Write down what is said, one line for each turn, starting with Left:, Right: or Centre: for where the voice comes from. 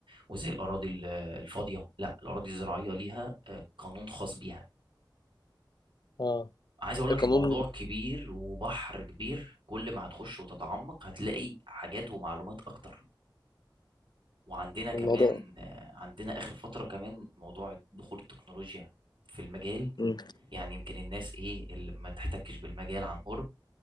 Right: وزي الأراضي ال- الفاضية لا الأراضي الزراعية ليها آه، قانون خاص بيها
Left: اه
Right: عايز أقول
Left: القانون
Right: لك الموضوع كبير وبحر كبير كل ما هتخش وتتعمق هتلاقي حاجات ومعلومات أكتر وعندنا كمان
Left: الموضوع
Right: آه، عندنا آخر فترة كمان موضوع دخول التكنولوجيا في المجال
Left: مم.
Right: يعني يمكن الناس إيه اللي ما تحتكش بالمجال عن قرب